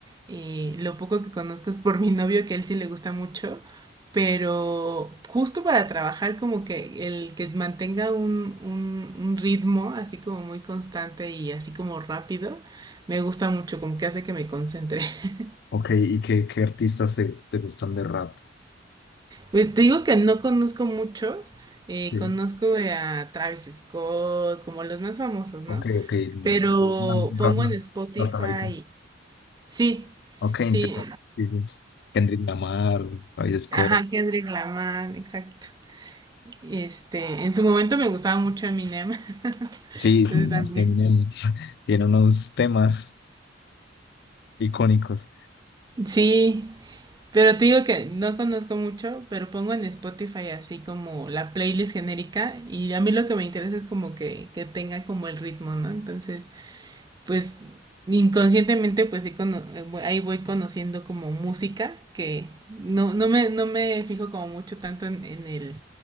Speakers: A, on the right; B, on the left.
A: Eh, lo poco que conozco es por mi novio, que a él sí le gusta mucho, pero justo para trabajar como que el que mantenga un, un- un ritmo así como muy constante y así como rápido, me gusta mucho, como que hace que me concentre. <laughs>
B: ok, ¿y qué, qué artistas te, te gustan de rap?
A: Pues te digo que no conozco muchos, eh,
B: Sí,
A: conozco a Travis Scott, como los más famosos,
B: ok,
A: ¿no?
B: ok,
A: Pero
B: tal vez na-
A: pongo
B: rap no-
A: en Spotify,
B: norteamericano.
A: sí,
B: Ok, entiendo.
A: sí,
B: Sí, sí. Kendrick Lamar, Travis Scott.
A: ajá, Kendrick Lamar, exacto. Este, en su momento me gustaba mucho Eminem, <laughs>
B: Sí,
A: entonces también.
B: Eminem, tiene unos temas icónicos.
A: Sí, pero te digo que no conozco mucho, pero pongo en Spotify así como la playlist genérica y a mí lo que me interesa es como que, que tenga como el ritmo, ¿no? Entonces, pues inconscientemente pues sí cono- eh, voy- ahí voy conociendo como música que no, no me, no me fijo como mucho tanto en, en el,